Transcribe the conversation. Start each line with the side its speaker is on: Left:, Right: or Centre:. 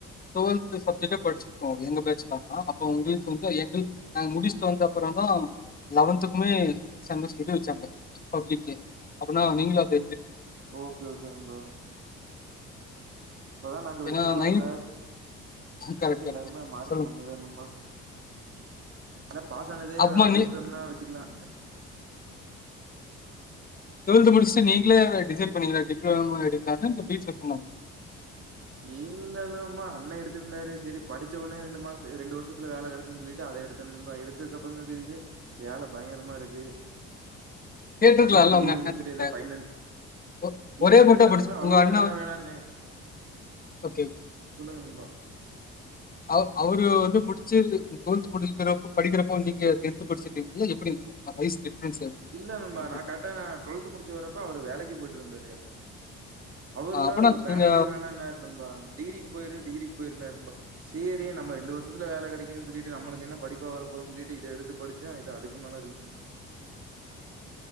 Left: டுவல்த் சப்ஜெட் படிச்சு எங்க பேட்ச்தான அப்போ உங்களுக்கு வந்து எங்க நாங்க முடிச்சுட்டு வந்த அப்புறம் தான் லெவன்துக்குமே செமஸ் எது வச்சாங்க பப்ளிகே அப்பனா நீங்களும் அதே
Right: ஓகே ஓகே நண்பா இப்பதான் நாங்க
Left: ஏன்னா
Right: வச்சோம் அதுக்க
Left: நைன் கரெக்ட்
Right: கட்டியும்
Left: கரெக்ட்
Right: எல்லாருமே மார்க்கு
Left: சொல்லுங்க
Right: கம்மி தான்நண்பா எல்ல பாஸ் ஆனதுே
Left: அப்பமா
Right: அதிர்ஷ்டனா
Left: நீ
Right: வச்சுக்கலாம்
Left: டு்வெல்த் முடிச்சுட்டு நீங்களே டிசைட் பண்ணீங்களா டிப்ளமோ எடுக்கலான்னு இந்த வீட்டில் சொன்னாங்கள
Right: இ இல்லல்லமா அண்ணன் எடுத்துட்டு இருந்தாரு சரி படிச்ச உடனே ரெண்டு மாசம் ரெண்டு வருஷத்துல வேலை கிடைச்சன்னு சொல்லிட்டு அதை எடுத்தே நண்பா எடுத்ததுக்கு அப்புறம் தான் தெரியுது வேலை பயங்கரமா இருக்கு
Left: கேட்டிருக்கலாம்ல
Right: நம்முலும் டிகிரிய
Left: உங்க அண்ணன்
Right: முடிச்சுட்டுட்டு
Left: கிட்ட
Right: ஏதோ பைனல்
Left: ஒ-
Right: கேட்டுருக்கலாம்
Left: ஒரே மட்டும் படிச்சு
Right: ப்ரோ அவரும்
Left: உங்க அண்ணன்
Right: வேணா
Left: வந்து-
Right: வேணாம்னு
Left: ஓகே ஓகே
Right: சொல்லுங்க நண்பா <inaudible>
Left: அவ அவரு வந்து முடிச்சு டுவெல்த் முடிகிரப்போ படிக்கிறப்போ நீங்கெ டென்த்து படிச்ச எப்படி வயசு டிஃபரன்ஸ் எப்படி
Right: இல்ல நண்பா
Left: உங்களுக்கு
Right: நான் கரெடா டுவல்த் முடிச்சு வர்றப்ப அவரு வேலைக்கு போயிட்டு இருந்தாரு அவர்
Left: ஆ,
Right: எல்லாம்
Left: அப்பனா
Right: வேணவே
Left: நீங்க
Right: வேணாம்ன்னாரு நண்பா டிகிரிக்கு போயிரு டிகிரிக்கு போயி சேரி நம்ம ரெண்டு வருஷத்துல வேலை கிடைக்க இது சொல்லிட்டு நம்மளுக்கு என்ன படிப்பா வர போதுன்னு சொல்லிட்டு இது எடுத்து படிச்சே இது அதுக்கு மேலஇருக்கு